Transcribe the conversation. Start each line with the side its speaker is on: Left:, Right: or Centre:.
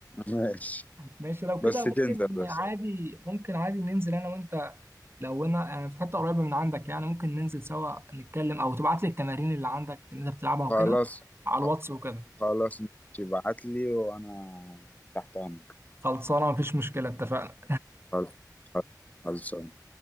Left: ماشي
Right: <laughs> ماشي لو
Left: بس
Right: كده
Left: تنزل
Right: ممكن
Left: بس
Right: عادي ممكن عادي ننزل انا وانت لو انا يعني في حته قريبه من عندك يعني ممكن ننزل سوا نتكلم او تبعت لي التمارين اللي عندك اللي انت بتلعبها وكده
Left: خلاص
Right: على
Left: خ-
Right: الواتس وكده
Left: خلاص ماشي ابعت لي وانا تحت امرك
Right: خلصانه مفيش مشكله اتفقنا
Left: خلاص خلاص خلاص.